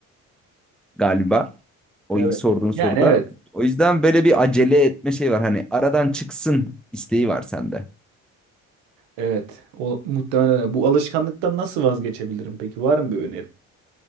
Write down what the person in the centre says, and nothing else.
galiba.
O
ilk sorduğun soruda.
O yüzden böyle bir acele etme şey var. Hani aradan çıksın isteği var sende.